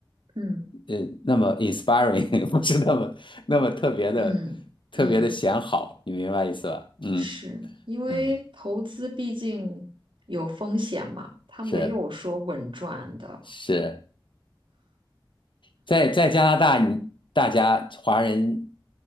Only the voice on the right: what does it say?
嗯
嗯嗯，
是因为投资毕竟有风险嘛，
它没有说稳赚的。